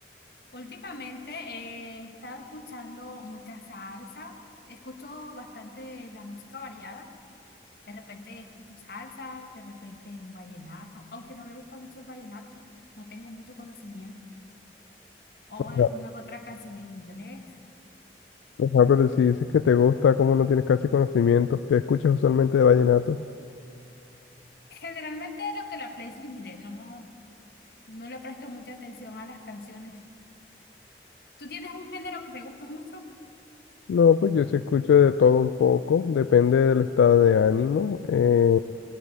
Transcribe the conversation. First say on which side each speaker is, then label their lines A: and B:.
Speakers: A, on the left (about 55°); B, on the left (about 85°).
A: últimamente he estado escuchando mucha salsa, escucho bastante la música variada. De repente escucho salsa, de repente un vallenato, aunque no me gusta mucho el vallenato, no tengo mucho conocimiento, o
B: Ajá.
A: alguna que otra canción en inglés.
B: Ajá, pero si dices que te gusta, como no tienes casi conocimientos, ¿qué escuchas usualmente de vallenato?
A: Generalmente lo que la playlist me dé, no, no le presto mucha atención a las canciones. ¿Tú tienes un género que te gusta mucho?
B: No, pues yo sí escucho de todo un poco, depende del estado de ánimo. Eh,